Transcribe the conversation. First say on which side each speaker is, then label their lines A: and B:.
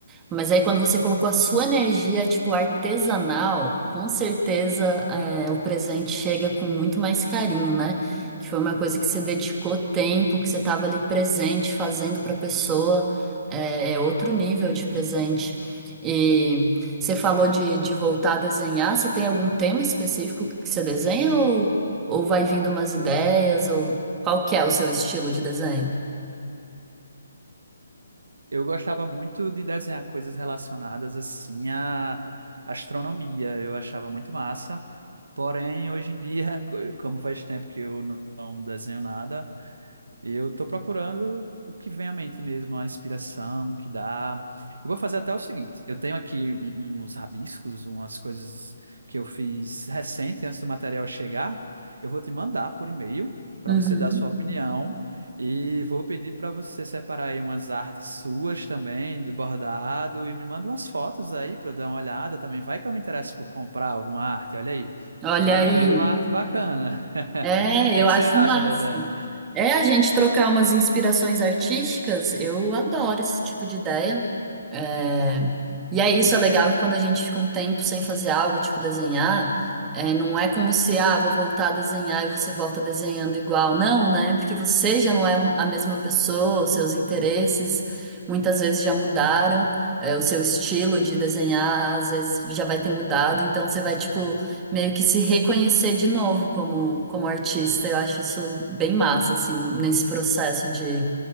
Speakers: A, on the right (about 15°); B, on the right (about 80°).
A: Mas aí quando você colocou a sua energia, tipo, artesanal, com certeza é, o presente chega com muito mais carinho, né? Que foi uma coisa que você dedicou tempo, que você estava ali presente, fazendo para a pessoa, é, é outro nível de presente. E você falou de, de voltar a desenhar, você tem algum tema específico que você desenha ou, ou vai vindo umas ideias, ou qual que é o seu estilo de desenho?
B: Eu gostava muito de desenhar coisas relacionadas assim à astronomia, eu achava muito massa. Porém, hoje em dia, <laughs> co- como faz tempo que eu não não desenho nada, E eu tô procurando o que vem à mente mesmo, a inspiração que dá. Eu vou fazer até o seguinte: eu tenho aqui um- uns rabiscos, umas coisas que eu fiz recente, antes do material chegar. Eu vou te mandar por e-mail para
A: Uhum.
B: você dar a sua opinião e vou pedir para você separar aí umas artes suas também, do bordado, e me manda umas fotos aí para eu dar uma olhada também. Vai que eu me interesso por comprar alguma arte, olha aí.
A: Olha
B: Já me
A: aí,
B: vende uma arte bacana. <laughs>
A: é,
B: O que
A: eu
B: é que
A: acho
B: você acha
A: massa.
B: da ideia?
A: É a gente trocar umas inspirações artísticas, eu adoro esse tipo de ideia. É, E é isso, é legal que quando a gente fica um tempo sem fazer algo, tipo desenhar, é, não é como se, ah, vou voltar a desenhar e você volta desenhando igual. Não, né? Porque você já não é a mesma pessoa, os seus interesses muitas vezes já mudaram, é, o seu estilo de desenhar às vezes já vai ter mudado, então você vai, tipo meio que se reconhecer de novo como, como artista. Eu acho isso bem massa, assim, nesse processo de,